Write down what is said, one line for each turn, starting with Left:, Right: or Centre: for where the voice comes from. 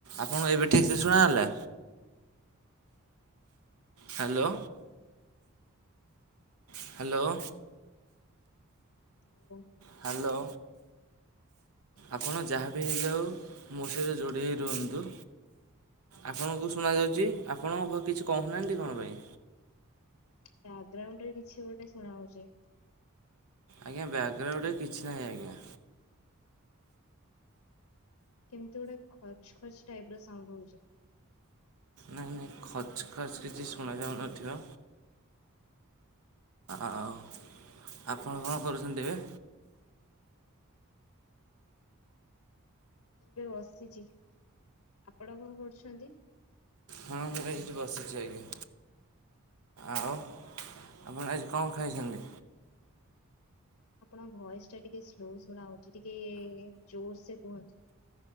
Right: ଆପଣ ଏବେ ଠିକ୍ ସେ ଶୁଣ ଗଲା? ହ୍ୟାଲୋ। ହ୍ୟାଲୋ।
Left: ହ୍ୟାଲୋ।
Right: ହ୍ୟାଲୋ।
Left: ବ୍ୟାକଗ୍ରାଉଣ୍ଡ
Right: ଆପଣ ଯାହାବି ହେଇଯାଉ ମୋ ସହିତ ଯୋଡ଼ି ହେଇ ରୁହନ୍ତୁ। ଆପଣଙ୍କୁ ଶୁଣାଯାଉଛି ଆପଣଙ୍କ ଘ କିଛି କହୁନାହାଁନ୍ତି କଣ ପାଇଁ।
Left: ବ୍ୟାଗ୍ରାଉଣ୍ଡରେ କିଛି ଗୋଟେ ଶୁଣା ହଉଛି।
Right: ଆଜ୍ଞା ବ୍ୟାଗ୍ରାଉଣ୍ଡରେ କିଛି ନାହିଁ ଆଜ୍ଞା।
Left: କେମିତି ଗୋଟେ ଖଚ ଖଚ ଟାଇପ ର ସାଉଣ୍ଟ ହଉଛି।
Right: ନାଇଁ ନାଇଁ ଖଚ୍ ଖଚ କିଛି ଶୁଣାଯାଉନଥିବ। ଆଉ ଆପଣ କଣ କରୁଛନ୍ତି ଏବେ।
Left: ମୁଁ ଏବେ ବସିଛି ଆପଣ କଣ କରୁଛନ୍ତି।
Right: ହଁ ମୁଁ ଏଇଠି ବସଛି ଆଜ୍ଞା। ଆଉ ଆପଣ ଆଜି କଣ ଖାଇଛନ୍ତି।
Left: ଆପଣଙ୍କ ଭଏସ ଟା ଟିକେ ସ୍ଲୋ ଶୁଣା ହଉଛି ଟିକେ ଜୋର ସେ କୁହନ୍ତୁ।